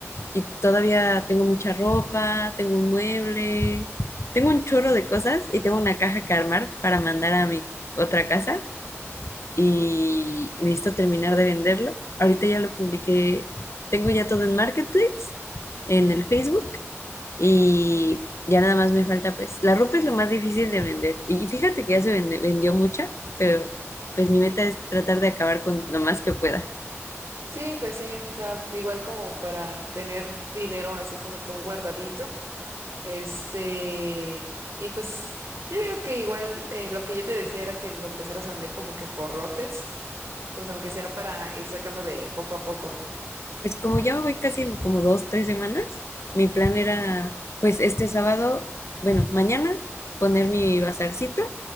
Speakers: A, on the left; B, on the right.
A: y todavía tengo mucha ropa, tengo un mueble, tengo un chorro de cosas y tengo una caja que armar para mandar a mi otra casa. y necesito terminar de venderlo. Ahorita ya lo publiqué, tengo ya todo en Marketplace, en el Facebook y ya nada más me falta pues, la ropa es lo más difícil de vender y fíjate que ya se vende- vendió mucha, pero pues mi meta es tratar de acabar con lo más que pueda.
B: Sí, pues sí, o sea, igual como para tener dinero así como que un guardadito, este, y pues yo digo que igual eh, lo que yo te decía era que lo empezaras a vender como que por lotes pues aunque sea para ir sacando de poco a poco, ¿no?
A: Pues como ya me voy casi en como dos, tres semanas, mi plan era pues este sábado, bueno, mañana poner mi bazarcito